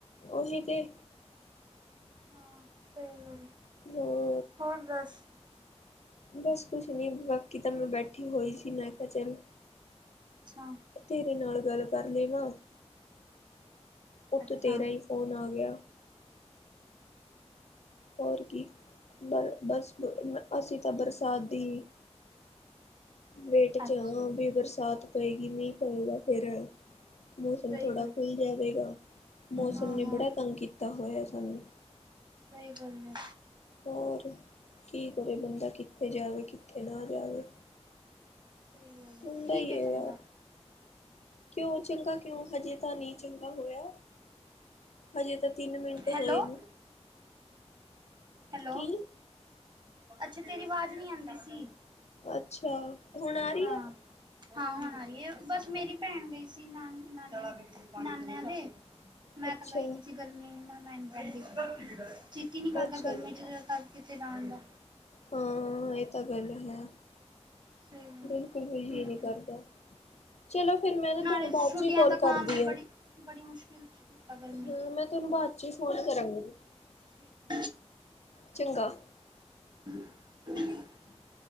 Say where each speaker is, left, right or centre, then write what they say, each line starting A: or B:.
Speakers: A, on the left (about 70°); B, on the right (about 40°).
A: ਓਹੀ ਤੇ
B: ਹਾਂ ਸਈ ਗੱਲ
A: ਹੋਰ
B: ਹੋਰ ਦੱਸ।
A: ਬਸ ਕੁਛ ਨੀ ਬਾਕੀ ਤਾਂ ਮੈਂ ਬੈਠੀ ਹੋਈ ਸੀ ਮੈਂ ਕਿਆ ਚੱਲ
B: ਅੱਛਾ
A: ਤੇਰੇ ਨਾਲ ਗੱਲ ਕਰ ਲੇਵਾਂ ਉੱਤੋਂ
B: ਅੱਛਾ
A: ਤੇਰਾ ਈ ਫੋਨ ਆ ਗਿਆ। ਹੋਰ ਕੀ ਬ-ਬਸ ਬ-ਅ-ਅਸੀ ਤਾਂ ਬਰਸਾਤ ਦੀ ਵੇਟ 'ਚ
B: ਅੱਛਾ
A: ਹਾਂ ਵੀ ਬਰਸਾਤ ਪਏਗੀ ਮੀਂਹ ਪਏਗਾ ਫਿਰ ਮੌਸਮ
B: ਸਹੀ
A: ਥੋੜ੍ਹਾ
B: ਗੱਲ
A: ਖੁੱਲ ਜਾਵੇਗਾ ਮੌਸਮ
B: ਹਾਂ
A: ਨੇ
B: ਹਾਂ
A: ਬੜਾ ਤੰਗ ਕੀਤਾ ਹੋਇਆ ਸਾਨੂੰ
B: ਸਈ ਗੱਲ ਐ।
A: ਹੋਰ ਕੀ ਕਰੇ ਬੰਦਾ ਕਿੱਥੇ ਜਾਵੇ ਕਿੱਥੇ ਨਾ ਜਾਵੇ।
B: ਸਈ ਗੱਲ ਐ
A: ਹੁੰਦਾ
B: ਠੀਕ
A: ਹੀ
B: ਏ ਚੰਗਾ
A: ਹੈ ਯਾਰ ਕਿਉਂ ਚੰਗਾ ਕਿਉਂ ਹਜੇ ਤਾਂ ਨਈ ਚੰਗਾ ਹੋਇਆ। ਹਜੇ ਤਾਂ ਤਿੰਨ ਮਿੰਟ
B: ਹੈਲੋ
A: ਹੋਏ ਨੇ।
B: ਹੈਲੋ
A: ਕੀ
B: ਅੱਛਾ ਤੇਰੀ ਵਾਜ਼ ਨੀ ਆਂਦੀ ਸੀ।
A: ਅੱਛਾ ਹੁਣ ਆ ਰਹੀ
B: ਹਾਂ-ਹਾਂ
A: ਹੈ
B: ਹੁਣ ਆ ਰੀ ਏ ਬਸ ਮੇਰੀ ਭੈਣ ਗਈ ਸ ਸੀ ਨਾਨ-ਨਾਨੀ-ਨਾਨਿਆਂ ਦੇ ਮੈਂ
A: ਅੱਛਾ
B: ਤਾਂ ਗਈ ਨੀ ਜੀ ਗਰਮੀ ਏ ਨਾ ਮੈਂ-ਮੈਂ ਨੀ ਜਾਂਦੀ ਚਿੱਤ ਈ ਨੀ ਕਰਦਾ
A: ਅੱਛਾ
B: ਗਰਮੀ 'ਚ ਜਦੋਂ ਤਕ ਕਿਥੇ ਜਾਣ ਦਾ
A: ਹਾਂ ਏ ਤਾਂ ਗੱਲ ਹੈ।
B: ਸਹੀ
A: ਬਿਲਕੁਲ ਵੀ ਜੀ
B: ਬਿਲਕੁਲ
A: ਨਈ ਕਰਦਾ ਚਲੋ ਫਿਰ ਮੈਂ ਨਾ
B: ਨਾਲੇ
A: ਤਾਨੂੰ ਬਾਦ
B: ਛੁੱਟੀਆਂ
A: 'ਚ ਈ ਕਾੱਲ
B: ਦਾ
A: ਕਰਦੀ
B: ਕੰਮ ਵੀ ਬੜੀ
A: ਆਂ।
B: ਬੜੀ ਮੁਸ਼ਕਿਲ 'ਚ ਕੀਤਾ ਗਰਮੀ
A: ਹੂੰ
B: ਚ
A: ਮੈਂ ਤਾਨੂੰ ਬਾਦ 'ਚ ਈ ਫੋਨ ਕਰਾਂਗੀ
B: ਠੀਕ ਆ।
A: ਚੰਗਾ
B: <inaudible>